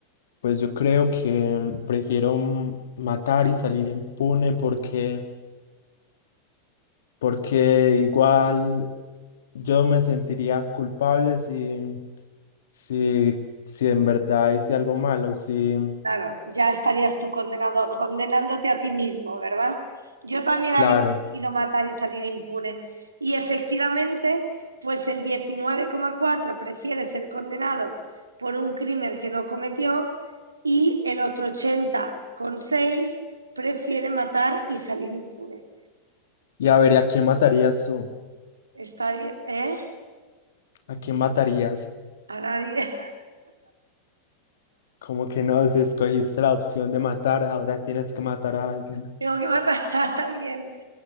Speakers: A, on the left; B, on the right.
A: pues yo creo que prefiero m- matar y salir impune porque, porque igual yo me sentiría culpable si, si, si en verdad hice algo malo, sí,
B: Claro, ya estarías tú condenado, condenándote a ti mismo, ¿verdad? Yo también
A: claro.
B: había decidido matar y salir impune. Y efectivamente, pues el diecinueve coma cuatro prefiere ser condenado por un crimen que no cometió y el otro ochenta coma seis prefiere matar y salir impune.
A: Y a ver, ¿y ¿a quién matarías tú?
B: Está bien, ¿eh?
A: ¿A quién matarías?
B: A nadie. <laughs>
A: Como que no, si escogiste la opción de matar, ahora tienes que matar a alguien.
B: Tengo que matar a alguien.